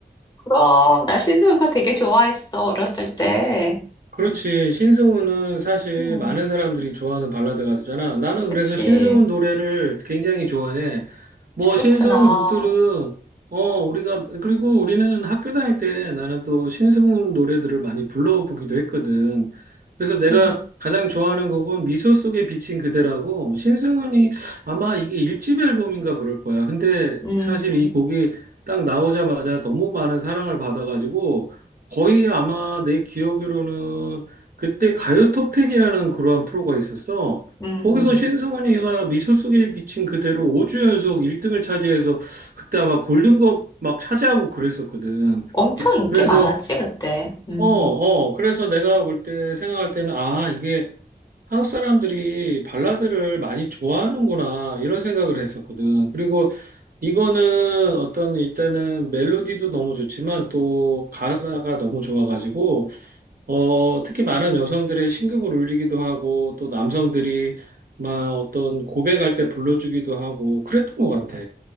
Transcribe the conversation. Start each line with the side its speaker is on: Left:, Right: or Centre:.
Left: 그럼, 나 신승우가 되게 좋아했어, 어렸을 때.
Right: 그렇지. 신승훈은 사실
Left: 음,
Right: 많은 사람들이 좋아하는 발라드 가수잖아. 나는 그래서
Left: 그치.
Right: 신승훈 노래를 굉장히 좋아해. 뭐
Left: 그렇구나.
Right: 신승훈 곡들은 어 우리가 그리고 우리는 학교 다닐 때 나는 또 신승훈 노래들을 많이 불러보기도 했거든. 그래서 내가
Left: 음,
Right: 가장 좋아하는 곡은 미소 속에 비친 그대라고 신승훈이 아마 이게 일집 앨범인가 그럴 거야. 근데
Left: 음,
Right: 사실 이 곡이 딱 나오자마자 너무 많은 사랑을 받아가지고 거의 아마 내 기억으로는 그때 가요 톱텐이라는 그러한 프로가 있었어.
Left: 음.
Right: 거기서 신승훈이가 미소 속에 비친 그대로 5주 연속 1등을 차지해서 그때 아마 골든컵 막 차지하고 그랬었거든.
Left: 엄청 인기
Right: 그래서
Left: 많았지, 그때. 음.
Right: 어, 어, 그래서 내가 볼 때 생각할 때는 아, 이게 한국 사람들이 발라드를 많이 좋아하는구나 이런 생각을 했었거든. 그리고 이거는 어떤 일단은 멜로디도 너무 좋지만 또 가사가 너무 좋아가지고 어, 특히 많은 여성들의 신경을 울리기도 하고, 또 남성들이 막 어떤 고백할 때 불러주기도 하고, 그랬던 것 같아.